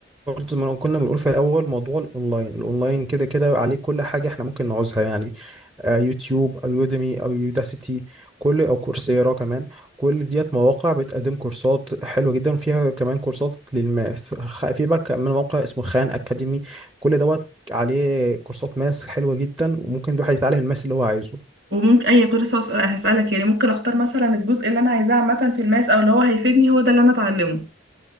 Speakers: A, on the right; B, on the right.
A: برضه زي ما كنا بنقول في الاول موضوع الاونلاين الاونلاين كده كده عليه كل حاجة احنا ممكن نعوزها يعني آه، يوتيوب او يوديمي او يوداسيتي كل او كورسيرا كمان كل ديت مواقع بتقدم كورسات حلوه جدا وفيها كمان كورسات للم... خ- في بقى كمان موقع اسمه خان اكاديمي كل دوت عليه كورسات ماس حلوه جدا وممكن الواحد يتعلم الماس اللي هو عايزه
B: وممكن اي كنت لسه هسأل- هسألك يعني ممكن اختار مثلا الجزء اللي انا عايزاه عامة في الماس او اللي هو هيفيدني هو ده اللي انا اتعلمه